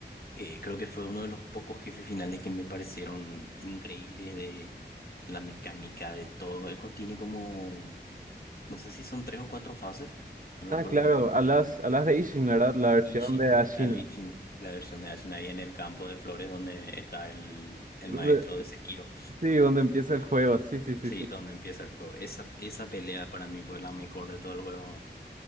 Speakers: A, on the left; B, on the right.
A: Eh, creo que fue uno de los pocos jefes finales que me parecieron increíbles de la mecánica, de todo. Eco tiene como, no sé si son tres o cuatro fases, no recuerdo
B: Ah, claro,
A: bien.
B: hablas, hablas de Ishin, ¿verdad? La versión
A: Y sí,
B: de Ashina.
A: la, vi- sí, la versión de Asuna ahí en el campo de flores donde está el, el
B: Donde-
A: maestro de Sekiro.
B: Sí, donde empieza el juego, sí, sí, sí,
A: Sí,
B: sí.
A: donde empieza el juego. Esa, esa pelea para mí fue la mejor de todo el juego,